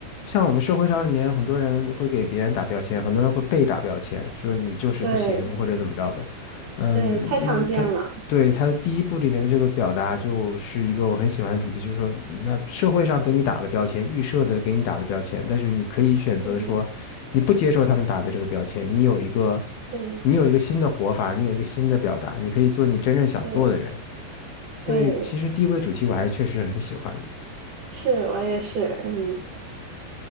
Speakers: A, on the left (about 65°); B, on the right (about 55°).
A: 像我们社会上里面很多人会给别人打标签，很多人会被打标签，说你就是不行或者怎么着的，
B: 对
A: 嗯嗯，
B: 对，太常见了，
A: 他对他的第一部里面的这个表达就是一个我很喜欢的主题，就是说，那社会上给你打了标签，预设的给你打了标签，但是你可以选择说，
B: 嗯，
A: 你不接受他们打的这个标签，你有一个，
B: 对
A: 你有一个新的活法，你有一个新的表达，你可以做你真正想做的人。
B: 对。
A: 所以其实第一部的主题我还确实很喜欢的。
B: 对是我也是，嗯，